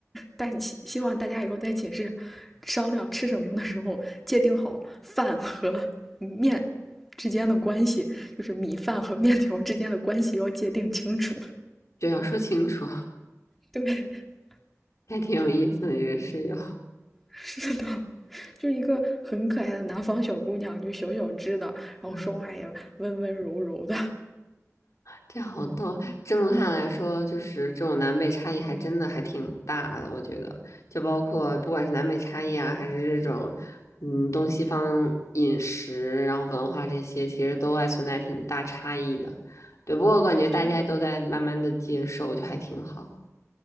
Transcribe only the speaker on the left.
这要说清楚。
还挺有意思的这个室友。
嗯，这好多，这么看来说，就是这种南北差异还真的还挺大的，我觉得，就包括不管是南北差异啊，还是这种，嗯，东西方饮食，然后文化这些，其实都还存在挺大差异的。对，不过我感觉大家都在慢慢的接受，
就还挺好。